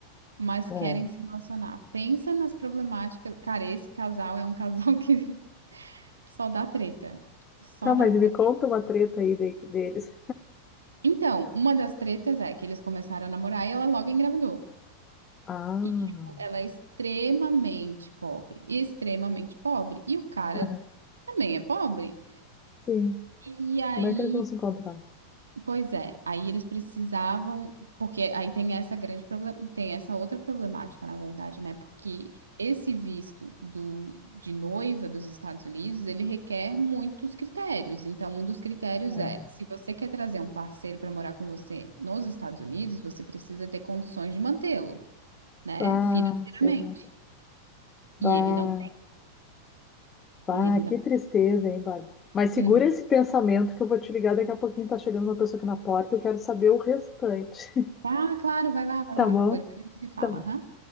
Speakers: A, on the right; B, on the left.
A: mas
B: é.
A: querem se relacionar. Pensa nas problemáticas. Cara, esse casal é um casal <laughs> que só dá treta. Só
B: Tá, mas
A: dá treta.
B: me conta uma treta aí de- deles.
A: Então, uma das tretas é que eles começaram a namorar e ela logo engravidou.
B: Ah,
A: E, tipo, ela é extremamente pobre. Extremamente pobre. E o cara
B: aham,
A: também é pobre.
B: sim.
A: E aí.
B: Como é que eles vão se encontrar?
A: Pois é, aí eles precisavam, porque aí tem essa grande problema, tem essa outra problemática, na verdade, né? Porque esse visto do, de noiva dos Estados Unidos, ele requer muitos critérios. Então, um dos critérios
B: Ah,
A: é, se você quer trazer um parceiro para morar com você nos Estados Unidos, você precisa ter condições de mantê-lo, né?
B: bah,
A: Financeiramente.
B: sei lá. Bah,
A: E ele não,
B: bah,
A: ele
B: que
A: não.
B: tristeza, hein, Bárbara? Mas segura
A: Uhum.
B: esse pensamento que eu vou te ligar daqui a pouquinho. Tá chegando uma pessoa aqui na porta. Eu quero saber o restante. <laughs>
A: Ah, claro, vai lá, vai
B: Tá
A: lá,
B: bom?
A: depois a gente se fala,
B: Tá bom.
A: aham.